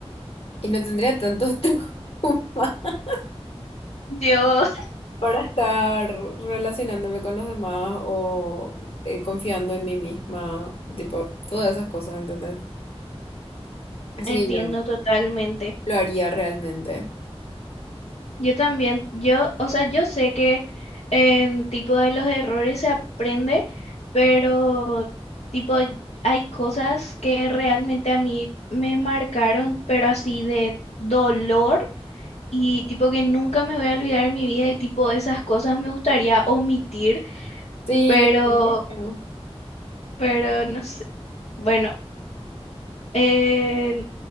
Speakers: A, on the left; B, on the left.
A: y no tendría tantos traumas <laughs>
B: Yo <laughs>
A: para estar relacionándome con los demás o eh, confiando en mí misma, tipo, todas esas cosas, ¿entendés? Así
B: entiendo
A: que yo...
B: totalmente.
A: Lo haría realmente.
B: Yo también, yo, o sea, yo sé que en tipo de los errores se aprende, pero tipo hay cosas que realmente a mí me marcaron, pero así de dolor y tipo que nunca me voy a olvidar en mi vida y tipo esas cosas me gustaría omitir,
A: Sí,
B: pero
A: lo mismo.
B: pero no sé. Bueno, eh,